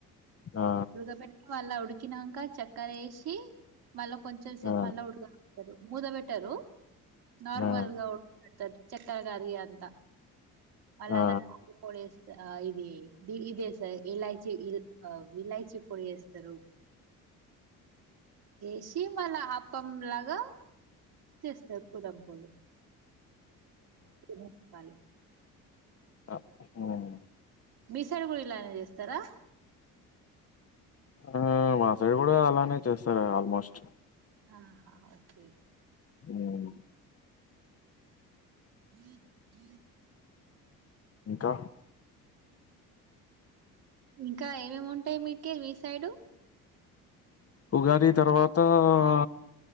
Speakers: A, on the left; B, on the right.
A: ఆ!
B: ఉృగ పెట్ట అల్ అడు చకినాంక చెక్కరేసి మళ్ళా కొంచెం సేపు
A: ఆ!
B: మళ్ళా ఉడకతారు మూదబెట్టరు నార్మల్గా
A: ఆ!
B: ఉడక పెడుతరు చెక్కర కదిగా అంతా అల్
A: ఆ!
B: <unintelligible> పస్త ఆ ఇది ది ఇదే సార్ ఇలాచి ఇల్ ఆహ్ ఇలాచి పొడి వేస్తారు వేసి మళ్ళా అప్పంలాగా చేస్తారు పుడంపొలి ము భాల్
A: అ ఉమ్
B: మీ సైడు కూడా ఇలానే చేస్తారా.
A: ఆ మాసైడు కూడా అలానే చేస్తారు ఆల్మోస్ట్.
B: ఆహా ఓకే
A: ఉమ్
B: ఈ ఈ
A: ఇంకా
B: ఇంకా ఏమేమి ఉంటాయి మీకి మీ సైడు
A: ఉగాది తర్వా త ఆ